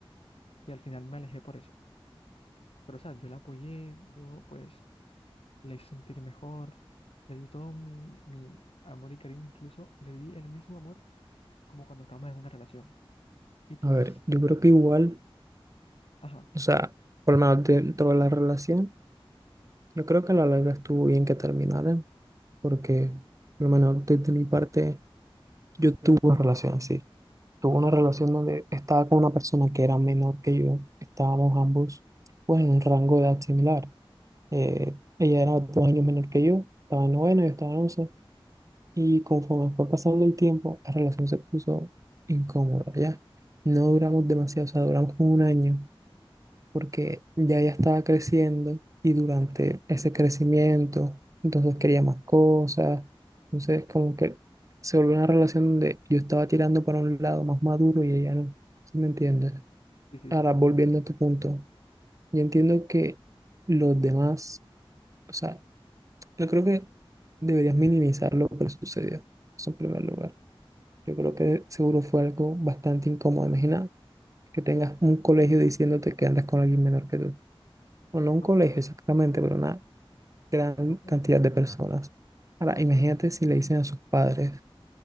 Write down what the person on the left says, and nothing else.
Y al final me alejé por eso. Pero, o sea, yo la apoyé, yo pues le hice sentir mejor, le di todo mi, mi amor y cariño, incluso le di el mismo amor como cuando estábamos en una relación. Y pues,
ajá, ¿en
serio?
Ah,
Sí, sí,
sí.
No,
no, sí.
No,